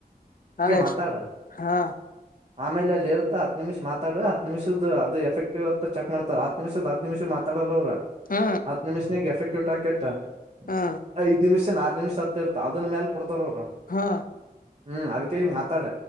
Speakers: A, on the left (about 60°); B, on the right (about 40°).
A: ನ ಎ
B: ಮಾತಾಡ
A: ಹಾ
B: ಆಮೇಲೆ ಅಲ್ಲಿ ಇರುತ್ತ ಹತ್ ನಿಮಿಷ ಮಾತಾಡ ಹ ನಿಮಷದ್ದ ಅದು ಎಫೆಕ್ಟಿವ್ ಆತ್ತ ಚಕ್ ಮಾಡತಾರೆ ಹತ್ ನಿಮಿಷ ಹತ್ತು ನಿಮಿದ ಮಾತಾಡಲ್ಲ ಅವರು
A: ಹಾ
B: ಹತ್ ನಿಮಿಷನೆಗೆ ಎಫೆಕ್ಟ್ <unintelligible>
A: ಹಾ
B: ಐದ ನಿಮಿಷ ಆರು ನಿಮಿಷ ಹತ್ತ ಇರ್ತ ಅದ್ರ ಮೇಲೆ ಕೊಡ್ತಾರ ಹೋಗ
A: ಹಾ
B: ಹ್ಮ್ ಅದಕಗ ಮಾತಾಡ